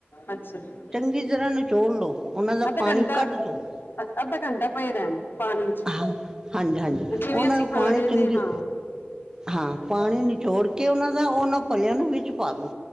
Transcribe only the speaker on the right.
ਚੰਗੀ ਤਰ੍ਹਾਂ, ਨਚੋਲ ਲਉ, ਉਹਨਾਂ ਦਾ
ਪਾਣੀ
ਕੱਢ ਦੋ।
ਹਾਂਜੀ -ਹਾਂਜੀ,
ਉਹਨਾਂ
ਨੂੰ
ਪਾਣੀ ਚੰਗੇ।
ਹਾਂ, ਪਾਣੀ ਨਿਚੋੜ ਕੇ ਉਹਨਾ ਦਾ ਉਹਨਾਂ ਭਲੇਆਂ ਨੂੰ ਵਿੱਚ ਪਾ ਦੋ।